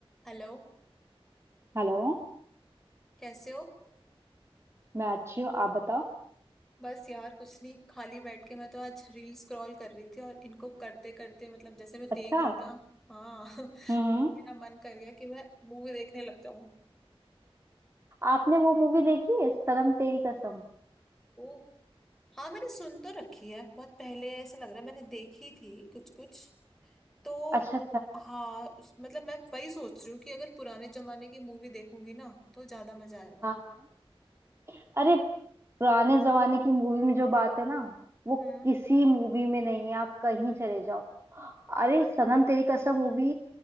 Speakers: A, in the centre; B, on the right.
A: हेलो
B: Hello
A: कैसे हो
B: मैं अच्छी हूँ आप बताओ
A: बस यार कुछ नहीं खाली बैठ के मैं तो आज रील स्क्रॉल कर रही थी और इनको करते करते मतलब जैसे मैं देख
B: अच्छा
A: रही हूँ ना हाँ <laughs>
B: हम्म हम्म।
A: मेरा मन कर गया कि मैं मूवी देखने लग जाऊं
B: आपने वो मूवी देखी है सनम तेरी कसम
A: ओ हाँ मैंने सुन तो रखी है बहुत पहले ऐसा लग रहा है मैंने देखी थी कुछ कुछ तो
B: अच्छा अच्छा
A: हाँ उस- मतलब मैं वही सोच रही हूँ कि अगर पुराने जमाने की मूवी देखूंगी ना तो ज्यादा मजा आएगा
B: हाँ हाँ अरे पुराने जमाने की मूवी में जो बात है ना वो
A: हम्म
B: किसी मूवी में नहीं है आप कहीं चले जाओ अरे सनम तेरी कसम मूवी